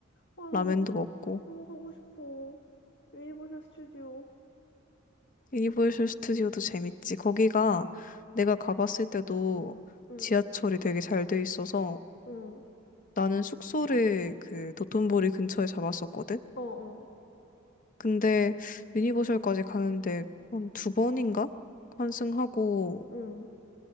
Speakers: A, on the left; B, on the left.
A: 아, 나
B: 라면도
A: 너무 수-
B: 먹고,
A: 너무 가고 싶어. 유니버셜 스튜디오.
B: 유니버셜 스튜디오도 재밌지. 거기가 내가 가봤을 때도
A: 응.
B: 지하철이 되게 잘 돼 있어서
A: 응.
B: 나는 숙소를 그 도톤보리 근처에 잡았었거든?
A: 어, 어.
B: 근데 유니버셜까지 가는데 한 두 번인가? 환승하고
A: 응.